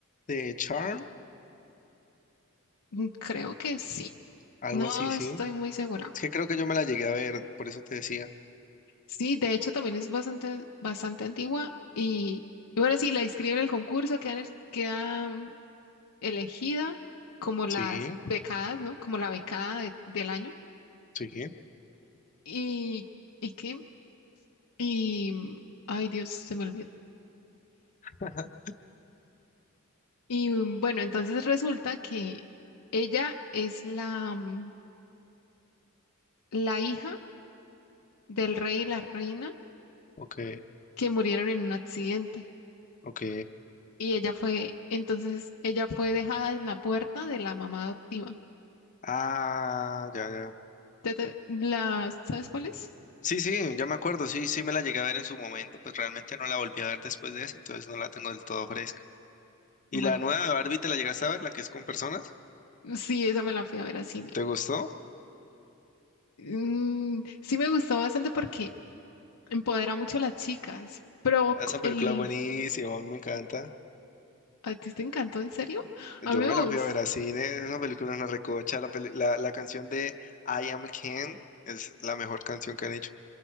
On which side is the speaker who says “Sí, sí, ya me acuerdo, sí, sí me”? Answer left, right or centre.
Left